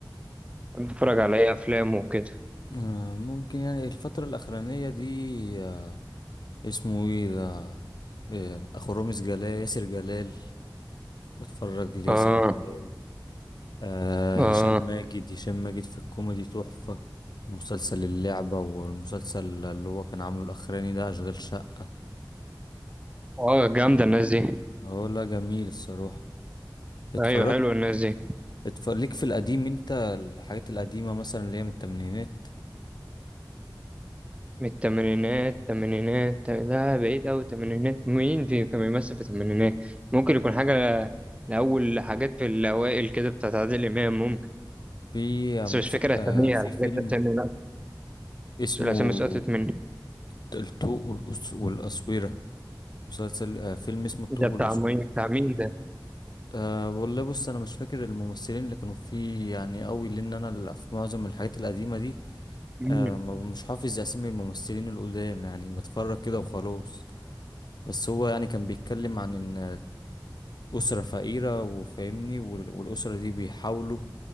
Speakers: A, on the right (about 15°); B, on the left (about 60°).
A: بتحب تتفرج على ايه افلامه وكده
B: آه، ممكن يعني الفترة الاخرانية دي آه، اسمه ايه ده إيه، اخو رامز جلال ياسر جلال بتفرج لياسر
A: اه
B: جلال آه
A: اه
B: هشام ماجد هشام ماجد في الكوميدي تحفة مسلسل اللعبة والمسلسل اللي هو كان عامله الأخراني ده أشغال شقة
A: اه جامده الناس دي
B: اه لا جميل الصراحة اتفرجت
A: ايوه حلوه الناس دي
B: اتفرج ليك في القديم انت الحاجات القديمة مثلا اللي هي من التمانينات
A: من الثمانينات الثمانينات لا بعيد قوي الثمانينات مين في كان بيمثل في الثمانينات ممكن يكون حاجه ل- لأول حاجات في الأوائل كده بتاعت عادل إمام ممكن
B: في
A: بس
B: مسل...
A: مش فاكر
B: آه
A: أساميها
B: في
A: الحاجات
B: فيلم
A: أسامي
B: اسمه
A: الأسامي سقطت مني
B: الطوق والأس... والأسويرة مسلسل آه فيلم اسمه الطوق
A: إيه ده
B: والأسويرة
A: بتاع مين بتاع مين ده
B: أه والله بص انا مش فاكر الممثلين اللي كانوا فيه يعني قوي لان انا ال- في معظم الحاجات القديمه دي
A: مم.
B: أه ما- مش حافظ اسامي الممثلين القدام يعني بتفرج كده وخلاص بس هو يعني كان بيتكلم عن ان الاسره فقيره وفاهمني وال- والاسره دي بيحاولوا